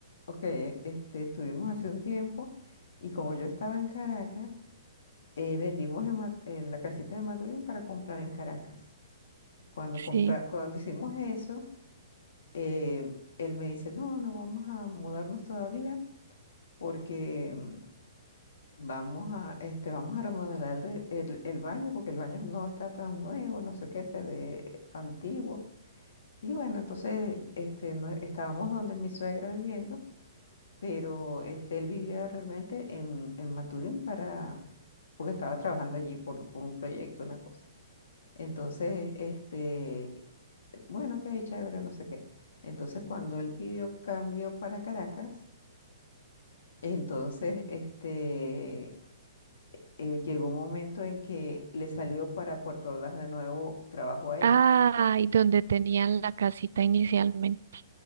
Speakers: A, on the left (about 70°); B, on the right (about 70°).
A: ok, este, estuvimos hace un tiempo y como yo estaba en Caracas, eh, vendimos en Ma- eh, la casita de Maturín para comprar en Caracas. Cuando,
B: Sí.
A: compra- cuando hicimos eso, eh, él me dice, no, no vamos a mudarnos todavía porque mm, vamos a, este, vamos a remodelar de- el, el baño porque el baño no está tan nuevo, no sé qué, se ve antiguo. Y bueno, entonces este, no- estábamos donde mi suegra viviendo, pero este, él vivía realmente en, en Maturín para, porque estaba trabajando allí por, por un proyecto, una cosa. Entonces, este, bueno, ok, chévere, no sé qué. Entonces, cuando él pidió cambio para Caracas, entonces, este, eh, llegó un momento en que le salió para Puerto Ordaz de nuevo trabajo a él.
B: Ay, donde tenían la casita inicialmente.